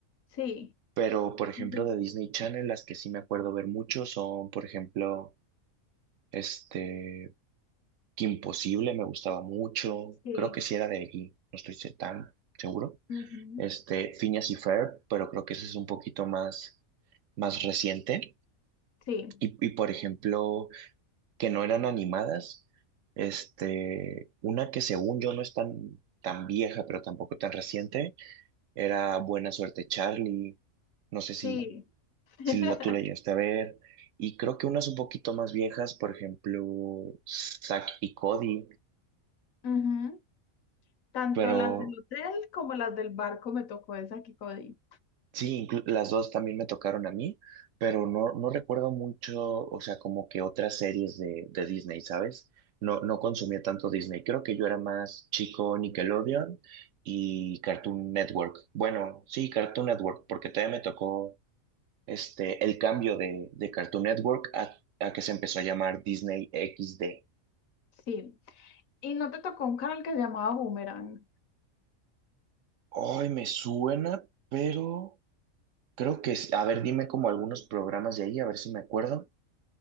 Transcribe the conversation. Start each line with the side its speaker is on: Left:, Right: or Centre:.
Left: Sí,
Right: pero por ejemplo
Left: Ujú.
Right: de Disney Channel las que sí me acuerdo ver mucho son, por ejemplo, Este, Kim imposible me gustaba mucho.
Left: sí,
Right: Creo que sí era de allí, no estoy se- tan seguro.
Left: ujú,
Right: Este, Phineas y Ferb, pero creo que ese es un poquito más, más reciente.
Left: Sí,
Right: Y, y, por ejemplo, que no eran animadas. Este, una que según yo no es tan, tan vieja, pero tampoco tan reciente, era Buena Suerte Charlie. No sé si,
Left: sí. <laughs>
Right: si la, tú la llegaste a ver. Y creo que unas un poquito más viejas, por ejemplo, Zack y Cody.
Left: Ujú. Tanto
Right: Pero
Left: las del hotel como las del barco me tocó esa Kikodi.
Right: sí, inclu- las dos también me tocaron a mí, pero no, no recuerdo mucho, o sea, como que otras series de, de Disney, ¿sabes? No, no consumía tanto Disney. Creo que yo era más chico Nickelodeon y Cartoon Network. Bueno, sí, Cartoon Network, porque todavía me tocó este, el cambio de, de Cartoon Network a, a que se empezó a llamar Disney XD.
Left: Sí. Y no te tocó un canal que se llamaba Boomerang.
Right: Ay, me suena, pero creo que, es- a ver, dime como algunos programas de ahí, a ver si me acuerdo.